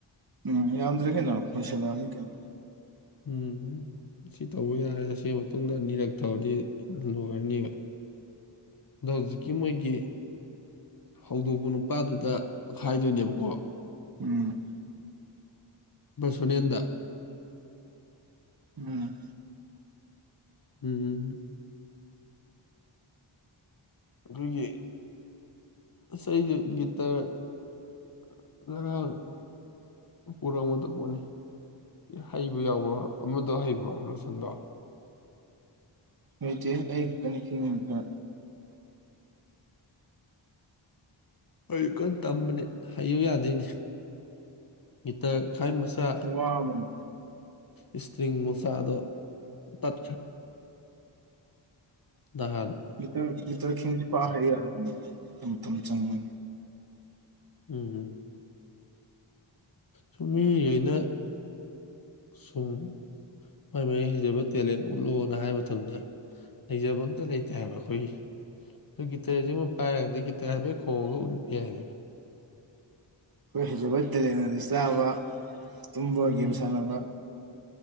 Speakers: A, on the right (about 50°); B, on the left (about 45°).
A: ꯎꯝ ꯌꯥꯝꯗ꯭ꯔꯦ ꯀꯩꯅꯣ ꯄꯣꯏꯁꯜꯂꯛꯑꯅꯤ ꯀꯩꯅꯣ
B: ꯎꯝꯝ ꯁꯤ ꯇꯧꯕ ꯌꯥꯔꯦ ꯁꯤ ꯃꯇꯨꯡꯗ ꯑꯅꯤꯔꯛ ꯊꯔꯗꯤ ꯂꯣꯏꯔꯅꯤꯕ ꯑꯗ ꯍꯧꯖꯤꯛꯀꯤ ꯃꯣꯏꯒꯤ ꯍꯧꯗꯣꯛꯄ ꯅꯨꯄꯥꯗꯨꯗ ꯄꯥꯏꯗꯣꯏꯅꯦꯕꯀꯣ
A: ꯎꯝ
B: ꯁꯅꯦꯟꯗ
A: ꯎꯝ
B: ꯎꯝ ꯑꯩꯈꯣꯏꯒꯤ ꯉꯥꯏꯁꯨ ꯒꯤꯇꯔ ꯑ ꯄꯨꯔꯛꯒꯗ ꯄꯣꯠꯅꯤ ꯍꯩꯕ ꯌꯥꯎꯕ꯭ꯔ ꯑꯃꯗ ꯍꯩꯕ꯭ꯔꯣ ꯔꯣꯁꯟꯗꯣ
A: ꯅꯣꯏꯆꯦ ꯑꯩ ꯈꯛꯇꯅꯤ ꯐꯤ ꯉꯝ ꯈ꯭ꯔ
B: ꯑꯩ ꯀꯟꯅ ꯇꯝꯕꯅꯤ ꯍꯥꯏꯌꯨ ꯌꯥꯗꯣꯏꯅꯤ ꯃꯤꯇ ꯈꯥꯏ ꯃꯆꯥ
A: ꯋꯥꯕꯅ
B: ꯏꯁꯇ꯭ꯔꯤꯡ ꯃꯁꯥꯗꯣ ꯇꯠ ꯗꯍꯥꯟ
A: ꯏꯇ ꯏꯇꯈꯈꯤꯁꯤ ꯄꯍꯔꯤ ꯍꯥꯏꯨꯝ ꯇꯨꯝ ꯆꯪꯅ
B: ꯎꯝ ꯎꯝ ꯁꯨꯝꯃꯤ ꯑꯩꯅ ꯁꯨꯝ ꯃꯥꯏ ꯃꯥꯥꯏꯒꯤ ꯍꯩꯖꯕ ꯇꯦꯂꯦꯟ ꯎꯠꯂꯣꯅ ꯍꯥꯏꯕ ꯃꯇꯝꯗ ꯍꯩꯖꯕ ꯑꯝꯇ ꯂꯩꯇꯦ ꯍꯥꯏꯕ ꯑꯩꯈꯣꯏꯒꯤ ꯑꯣ ꯒꯤꯇꯔꯁꯤꯃ ꯄꯥꯏꯔꯒꯗꯤ ꯒꯤꯇꯔ ꯍꯥꯏꯐꯦꯠ ꯈꯣꯡꯉꯒ ꯎꯠꯄ ꯌꯥꯏꯕ
A: ꯀꯩꯁꯁꯨꯕꯠꯇ ꯂꯩꯅꯗꯤ ꯆꯕ ꯇꯨꯝꯕ
B: ꯍꯣꯏ
A: ꯒꯦꯝ ꯁꯥꯟꯅꯕ